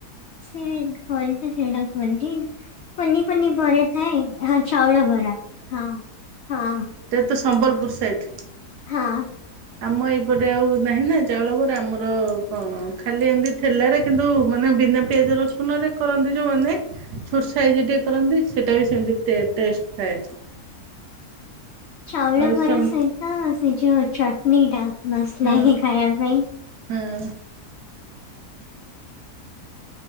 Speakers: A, on the left; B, on the right.
A: ସେ ଘରେ ତ ସେଇଟା କୁହନ୍ତି। କୁନି କୁନି ବରା ଥାଏ ହଁ ଚାଉଳ ବରା ହଁ ହଁ।
B: ତୁ ସମ୍ବଲପୁର ସାଇଟ୍?
A: ହଁ।
B: ଆମ ଏଇପଟେ ଆଉ ନାହିଁ ନା ଚାଉଳବରା ଆମର କଣ ଖାଲି ଏମିତି ଠେଲାରେ କିନ୍ତୁ ମାନେ ବିନା ପିଆଜ ରସୁନ ରେ କରନ୍ତି ଯୋଉମାନେ ଛୋଟ ସାଇଜ ଟିକେ କରନ୍ତି। ସେଇଟା ବି ସେମିତି ଟେଷ୍ଟ ଥାଏ।
A: ଚାଉଳ
B: ଆଉ
A: ବରା
B: ସମ୍
A: ସହିତ ସେ ଯଉ ଚଟଣି ଟା ବାସ୍ନା
B: ହଁ
A: ଖାଇବା ପାଇଁ।
B: ହଁ।